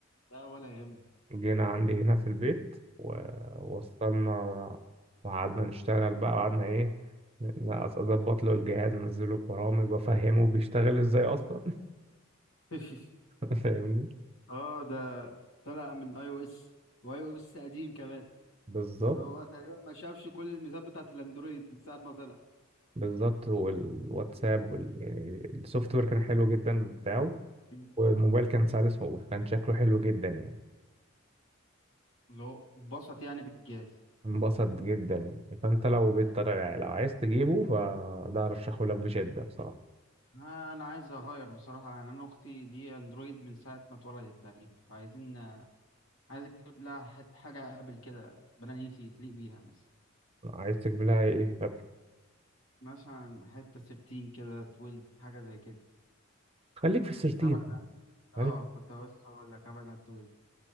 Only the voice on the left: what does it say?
لا ولا يهم
<laughs>
اه ده طلع من اي او اس واي او اس قديم كمان
اللي هو تقريبا ما شافش كل الميزات بتاعت الاندرويد من ساعة ما طلع
مم.
اللي هو اتبسط يعني بالجهاز
آه، انا عايز اغير بصراحة يعني انا اختي دي اندرويد من ساعة ما اتولدت تقريبا فعايزين آه، عايز اجيب لها ح- حاجة ابل كده بنانيسي تليق بيها مثلا.
مثلا حتة 13 كده 12 حاجة زي كده
السبعة ده اه
كنت لسه هقول لك أبدا 12